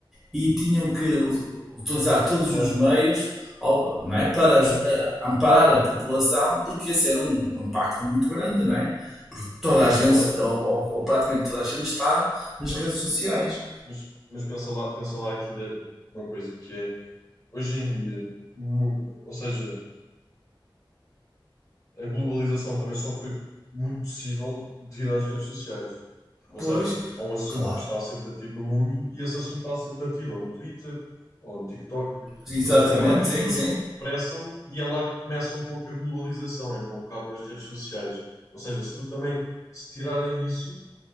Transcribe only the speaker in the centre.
e tinham que u- utilizar todos
os meios ao- não é, para aj- eh, amparar a população, porque esse era um um impacto muito grande, não é? Porque toda a gente,
ou, ou- ou praticamente toda a gente, está nas redes sociais.
Pois,
claro.
Exatamente,
sim, sim.